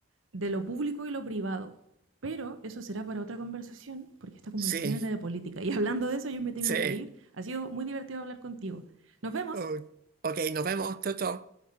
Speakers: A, on the right (about 80°); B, on the right (about 45°).
A: de lo público y lo privado. Pero eso será para otra conversación, porque esta conversación
B: sí,
A: era de política. Y hablando de eso, yo me tengo
B: sí.
A: que ir. Ha sido muy divertido hablar contigo. Nos vemos.
B: Oh, ok, nos vemos, chao, chao.